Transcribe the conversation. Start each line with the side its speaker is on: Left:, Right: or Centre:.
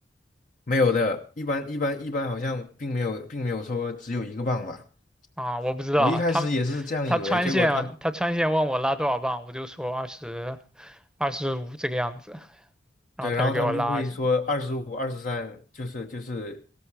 Left: <coughs> 没有的，一般一般一般好像并没有并没有说只有一个磅吧，
Centre: 啊，我不知道啊他
Left: 我一开始也是这样以为，
Centre: 他穿线他穿线问我拉多少磅，
Left: 结果他
Centre: 我就说二十二十五这个样子，然后他就给我拉二十五
Left: 对，然后他们就会说二十五、二十三，就是就是